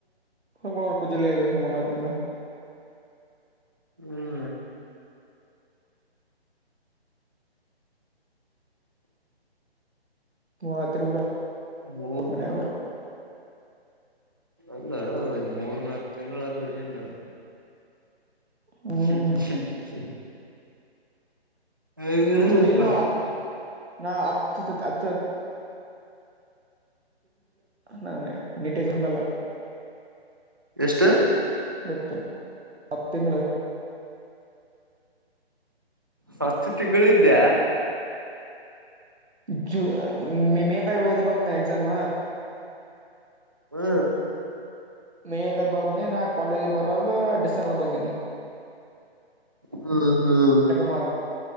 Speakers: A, on the right (about 80°); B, on the right (about 20°).
A: ಕೋಲ್ಕಾರ ಪು ಜಿಲ್ಲೆಯೆಗೆ ಮೂರನಾಕು ತಿಂಗಳು
B: ಹ್ಮ್
A: ಮೂರ್ನಾಲ್ಕು ತಿಂಗಳು
B: ಹ
A: ಮನೆಯವರು
B: ಅಲ್ಲ ಒ ಮೂರ್ ನಾಕ ತಿಂಗಳ ಅಂದ್ರ ಏನು?
A: ಹ್ಮ್
B: ಹ ಸ ಹಗಡ
A: ಮತ್ತೆ
B: ಸ್ವಲ್ಪ.
A: ಇಲ್ಲಿ ನಾವು ಹತ್ <unintelligible> ನ ನೀಟದು ಇರುನ್ನಲ್ಲ
B: ಎಷ್ಟು?
A: ಮೊತ್ತು ಪತ್ತ ತಿಂಗಳ
B: ಹತ್ತು ತಿಂಗಳು ಇದ್ಯಾ?
A: ಜುನ ಮೈ ಮೀದ ಇದು ಬರ್ನ ಎಕ್ಸಾಮ.
B: ಹ್ಮ್
A: ಮೇದಾಗ ಬರ್ತನಿ ನಾ ಕಾಲೇಜಿಗೆ ಬರೋದು ಡಿಸೆಂಬರ್ದಾಗ ಬಂದೀನಿ
B: ಹ್ಮ್ ಹ್ಮ್
A: ಮ